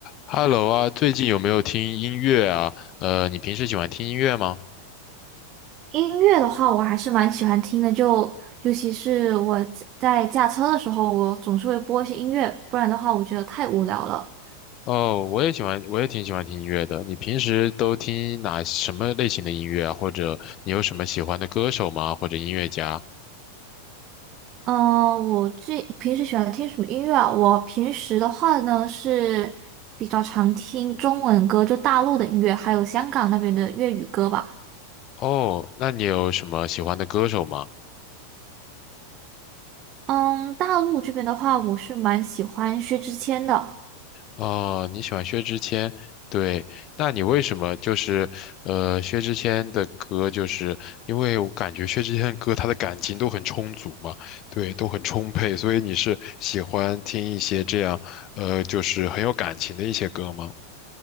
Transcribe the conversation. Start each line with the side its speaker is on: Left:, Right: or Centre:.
Left: Hello 啊，最近有没有听音乐啊？呃，你平时喜欢听音乐吗？
Right: 音乐的话，我还是蛮喜欢听的，就尤其是我在在驾车的时候，我总是会播一些音乐，不然的话，我觉得太无聊了。
Left: 哦，我也喜欢，我也挺喜欢听音乐的。你平时都听哪什么类型的音乐啊？或者你有什么喜欢的歌手吗？或者音乐家？
Right: 嗯、我最平时喜欢听什么音乐啊？我平时的话呢是比较常听中文歌，就大陆的音乐，还有香港那边的粤语歌吧。
Left: 哦，那你有什么喜欢的歌手吗？
Right: 嗯，大陆这边的话，我是蛮喜欢薛之谦的。
Left: 哦，你喜欢薛之谦，对，那你为什么就是呃薛之谦的歌，就是因为我感觉薛之谦的歌他的感情都很充足嘛，对，都很充沛，所以你是喜欢听一些这样呃就是很有感情的一些歌吗？